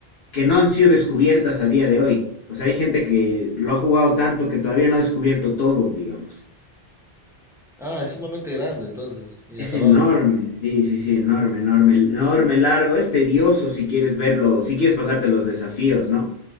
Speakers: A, on the left; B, in the centre.
A: que no han sido descubiertas a día de hoy. O sea, hay gente que lo ha jugado tanto que todavía no ha descubierto todo, digamos.
B: Ah, es sumamente grande, entonces. Inacabable.
A: Es enorme, sí, sí, sí, enorme, enorme, enorme, largo. Es tedioso si quieres verlo, si quieres pasarte los desafíos, ¿no?